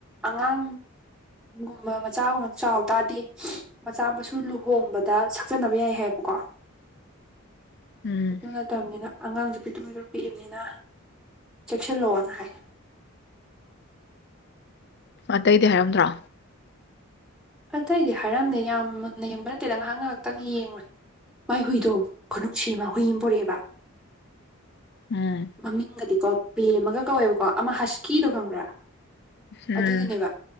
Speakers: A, in the centre; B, on the left.
A: ꯑꯉꯥꯡꯒꯨꯝꯕ ꯃꯆꯥꯒꯨꯝꯕ ꯆꯥꯎꯇꯥꯗꯤ ꯃꯆꯥ ꯃꯁꯨ ꯂꯨꯍꯣꯡꯕꯗ ꯁꯛꯆꯅꯕ ꯌꯥꯏ ꯍꯥꯏꯌꯦꯕꯀꯣ
B: ꯎꯝ
A: ꯑꯗꯨ ꯅꯠꯇꯕꯅꯤꯅ ꯑꯉꯥꯡꯁꯨ ꯄꯤꯠꯇ ꯄꯤ ꯄꯤꯕꯅꯤꯅ ꯆꯦꯛꯁꯤꯜꯂꯛꯑꯣꯅ ꯍꯥꯏ
B: ꯑꯇꯩꯗꯤ ꯍꯥꯏꯔꯝꯗ꯭ꯔꯥ
A: ꯑꯇꯩꯗꯤ ꯍꯥꯏꯔꯝꯅꯦ ꯌꯥꯝ ꯃꯨꯟꯅ ꯌꯦꯡꯕ ꯅꯠꯇꯦꯗ ꯉꯥꯏꯍꯥꯛ ꯉꯥꯏꯍꯥꯛꯇꯪ ꯌꯦꯡꯉꯣꯏ ꯃꯥꯏ ꯍꯨꯏꯗꯣ ꯈꯨꯅꯨꯡꯁꯤ ꯑꯃ ꯍꯨꯏ ꯑꯃ ꯄꯨꯔꯛꯑꯦꯕ
B: ꯎꯝ
A: ꯃꯃꯤꯡꯒꯗꯤꯀꯣ ꯕꯦꯝꯃꯒ ꯀꯧꯋꯦꯕꯀꯣ ꯑꯃ ꯍꯁꯀꯤꯗꯨꯣ ꯈꯪꯕ꯭ꯔꯥ
B: ꯎꯝ
A: ꯑꯗꯨꯗꯨꯅꯦꯕ